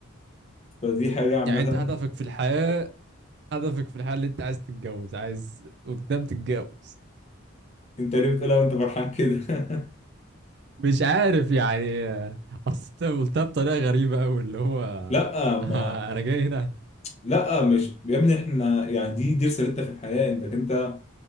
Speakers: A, on the left (about 30°); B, on the right (about 55°).
A: فدي حاجه عامه
B: يعني انت هدفك في الحياه هدفك في الحياه اللي انت عايز تتجوز عايز قدام تتجوز
A: انت ليه بتقولها وانت فرحان كده <laughs>
B: مش عارف يعني اصل انت قلتها بطريقه غريبه قوي اللي هو
A: لا ما
B: <laughs> انا جاي هنا
A: لا مش يا ابني احنا يعني دي دي رسالتنا في الحياه انك انت